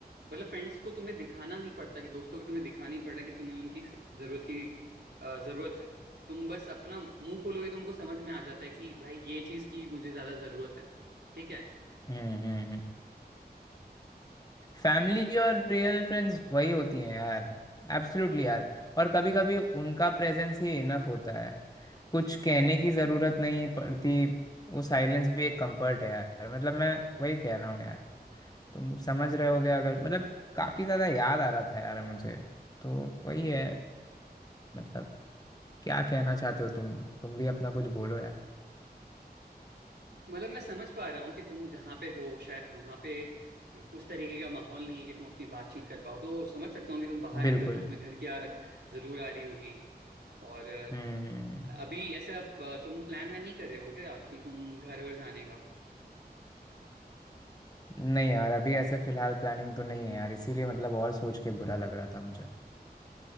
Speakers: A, on the right; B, on the left.
A: मतलब फ्रेंड्स को तुम्हें दिखाना नहीं पड़ता कि दोस्तों को तुम्हें दिखाना नहीं पड़ता कि तुम्हें उनकी जरूरत की आ, जरूरत है तुम बस अपना मुंह खोलोगे तो उनको समझ में आ जाता है कि भाई ये चीज की मुझे ज्यादा जरूरत है ठीक है
B: हम्म हम्म हम्म फैमिली और रियल फ्रेंड्स वही होती हैं यार एब्सोल्युटली यार और कभी कभी उनका प्रेजेंस ही इनफ होता है कुछ कहने की ज़रूरत नहीं पड़ती वो साइलेंस भी एक कंफर्ट है यार मतलब मैं वही कह रहा हूँ यार तुम समझ रहे होगे अगर मतलब काफ़ी ज़्यादा याद आ रहा था यार मुझे तो वही है मतलब क्या कहना चाहते हो तुम तुम भी अपना कुछ बोलो यार
A: मतलब मैं समझ पा रहा हूँ कि तुम जहाँ पे हो शायद वहाँ पे उस तरीके का माहौल नहीं है कि तुम अपनी बातचीत कर पाओ तो समझ सकता हूँ कि तुम बाहर रहते
B: बिल्कुल
A: हो तो तुम्हें घर की याद जरूर आ रही होगी और अ,
B: हम्म हम्म।
A: अभी ऐसा अ, तुम प्लान वैन नहीं कर रहे हो क्या कि तुम घर वर जाने का
B: नहीं यार अभी ऐसे फिलहाल प्लानिंग तो नहीं है यार इसीलिए मतलब और सोच के बुरा लग रहा था मुझे